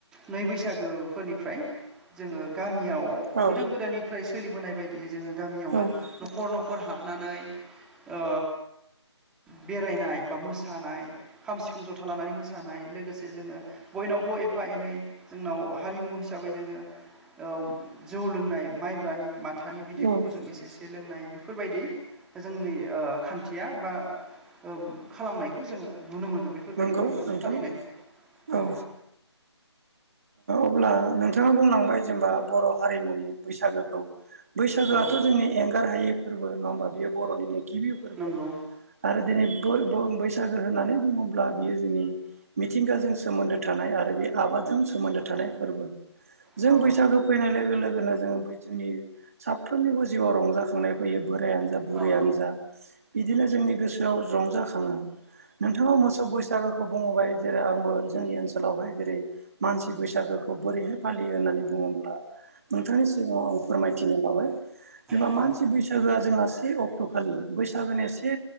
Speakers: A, in the centre; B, on the right.
A: नै बैसागोफोरनिफ्राय जोङो गामियाव
B: औ
A: गोदो गोदायनिफ्राय सोलिबोनाय बायदियै जोङो गामियावहा
B: औ
A: न'खर न'खर हाबनानै ओ बेरायनाय बा मोसानाय खाम सिफुं जथा लानानै मोस सानाय लोगोसे जोङो बयनावबो एफा एनै जोंनाव हारिमु हिसाबै जोङो औ जौ लोंनाय माइब्रानि माथानि बिदैफोरखौ
B: औ
A: जों एसे एसे जे लोंनाय बेफोरबायदि जोंनि ओ खान्थिया बा ओ खालामनायखौ जोङो नुनो मोनो बेफोरबायदि
B: नंगौ
A: खालामनानै
B: नोंथां
A: फालिनायखौ
B: औ ओ
A: औ
B: अब्ला नोंथाङा बुंलांबाय जेनेबा बर' हारिमुनि बैसागोखौ बैसागोआथ'
A: औ
B: जोंनि एंगार हायै फोरबो नङा होमबा बेयो बर'निनो गिबि फोरबो
A: नंगौ
B: आरो दिनै बयबो बैसागो होननानै बुङोब्ला बियो जोंनि मिथिंगाजों सोमोन्दो थानाय आरो बे आबादजों सोमोन्दो थानाय फोरबो जों
A: औ
B: बैसागो फैनाय लोगो लोगोनो जोङो बै जोंनि साफ्रोमनिबो जिउआव रंजाखांनाय फैयो बोरायानो जा
A: औ
B: बुरैयानो जा बिदिनो जोंनि गोसोआव रंजाखाङो। नोंथाङा मोसौ बैसागोखौ बुंबाय जेला आंबो जोंनि ओनसोलावहाय जेरै मानसि बैसागो खौ बोरैहाय फालियो होननानै बुङोब्ला नोंथांनि सिगाङाव आं फोरमायथिनो लाबाय जेनबा
A: औ
B: मानसि बैसागोआ जोंहा से अक्ट'खालि बैसागोनि से